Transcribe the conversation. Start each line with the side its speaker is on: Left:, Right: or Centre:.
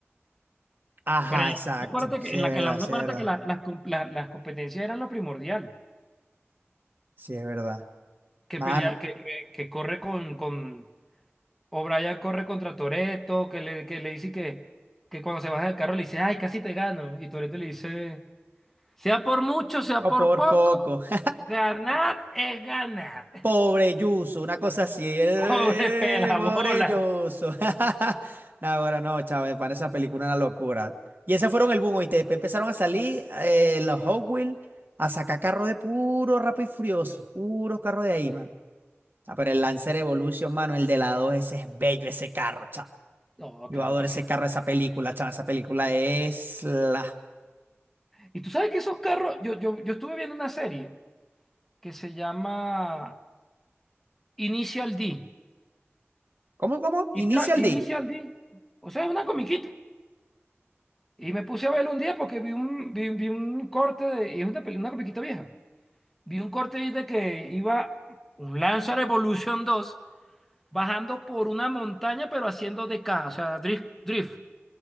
Right: Ajá,
Centre: Pero en
Right: exacto.
Centre: la, acuérdate
Right: Sí
Centre: que, en
Right: es
Centre: la,
Right: verdad,
Centre: en la una
Right: sí
Centre: acuérdate
Right: es verdad.
Centre: que la- las, com- la- las competencias eran lo primordial.
Right: Sí es verdad.
Centre: Que
Right: Mano,
Centre: pelea, que, que, que corre con, con O'Brien corre contra Toretto, que le, que le dice que, que cuando se baja del carro le dice, ay, casi te gano. Y Toretto le dice, sea por mucho, sea
Right: oh,
Centre: por
Right: por
Centre: poco,
Right: poco. <laughs>
Centre: ganar es ganar.
Right: Pobre Yuso, una cosa así. eh,
Centre: <laughs> Pobre pelabola.
Right: Pobre Yuso. <laughs> No, ahora no, chaval, para esa película una locura. Y esas fueron el boom, ¿oíste? Después empezaron a salir eh, los Hot Wheels a sacar carros de puro Rápido y Furioso. Puros carros de ahí, mano. Ah, pero el Lancer Evolution, mano, el de la 2, ese es bello, ese carro, chaval.
Centre: No,
Right: Yo
Centre: claro
Right: adoro
Centre: que
Right: ese
Centre: sí.
Right: carro, esa película, chaval. Esa película es la.
Centre: Y tú sabes que esos carros, yo, yo, yo estuve viendo una serie. que se llama Initial D.
Right: ¿Cómo, cómo? Initial
Centre: Y tra- Initial
Right: D.
Centre: D. O sea, es una comiquita. Y me puse a verlo un día porque vi un, vi, vi un corte de, y es una, peli- una comiquita vieja. Vi un corte ahí de que iba un Lancer Evolution dos bajando por una montaña pero haciendo DK, o sea, drift, drift.